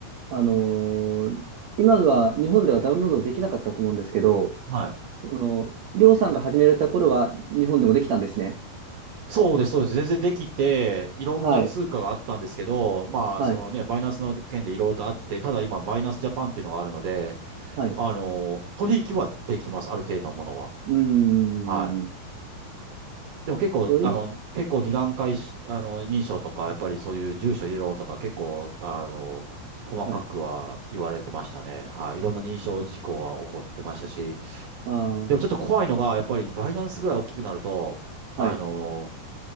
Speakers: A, on the right; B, on the right.
A: あのー今では日本ではダウンロードできなかったと思うんですけど、
B: はい。
A: その、りょうさんが始められた頃は日本でもできたんですね。
B: そうです、そうです。全然できて、いろんな通貨があったんですけど、
A: はい、
B: まあ、
A: はい、
B: そのね、バイナンスの件でいろいろとあって、ただ今、バイナンスジャパンっていうのがあるので、
A: はい。う
B: あの、取引はできます、ある程度のものは。
A: ーん。
B: はい。でも結構、
A: 取引、
B: あの、結構二段階し、あの、認証とか、やっぱりそういう住所入れろとか、結構、あの、細かくは言われてましたね。
A: はい。
B: はい。いろんな認証事項は起こってましたし、
A: ああ、
B: でもちょっと怖いのが、やっぱりバイナンスぐらい大きくなると、あの、
A: はい。